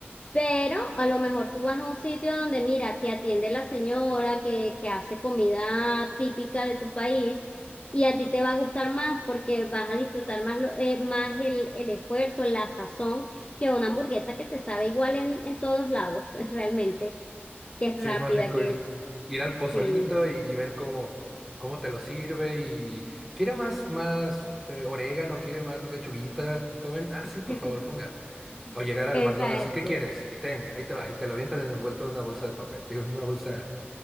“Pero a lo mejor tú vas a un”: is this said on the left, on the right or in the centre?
Left